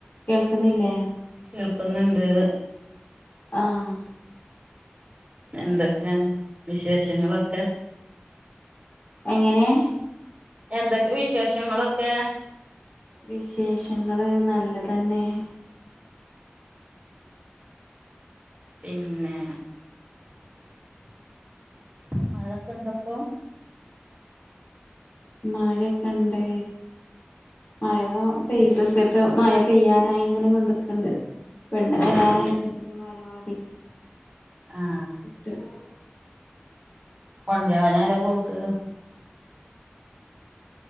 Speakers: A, on the left (about 50°); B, on the right (about 25°).
A: കേൾക്ക്ന്നില്ലേ?
B: കേൾക്കുന്നുണ്ട്
A: ആഹ്
B: എന്തൊക്കെ വിശേഷങ്ങളൊക്കെ?
A: എങ്ങനെ?
B: എന്തൊക്കെ വിശേഷങ്ങളൊക്കെ?
A: വിശേഷങ്ങള് നല്ല തന്നെ.
B: പിന്നെ മഴക്കെ ഇണ്ടപ്പോ?
A: മഴക്കെണ്ട് മഴക പെയ്ത് ഇപ്പ പ്പെ മഴ പെയ്യാനായി ഇങ്ങനെ കൊണ്ട്ക്ക്ണ്ട് പെണ്ണ്
B: ഉം
A: വെരാനായി അടിഞ്ഞി മാലവാടി
B: ആഹ്
A: <unintelligible>
B: കൊണ്ടഞല്ല പോക്ക്